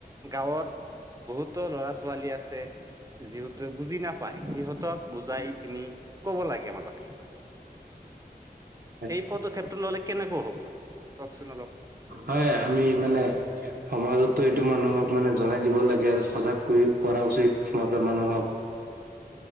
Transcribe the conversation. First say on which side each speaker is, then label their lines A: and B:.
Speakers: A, on the right (about 20°); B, on the right (about 65°).
A: গাঁৱত বহুতো ল'ৰা ছোৱালী আছে। যিহতে বুজি নাপায় সিহঁতক বুজাই কিনি কব লাগে তোমালোকে।
B: <inaudible> হয়
A: এই পদক্ষেপটো ল'লে কেনেকুৱা হ'ব কওকচোন অলপ?
B: হয় আমি মানে সমাজতো এইটো মানুহক মানে জনাই দিব লাগে। সজাগ কৰিব কৰা উচিত সমাজৰ মানুহক।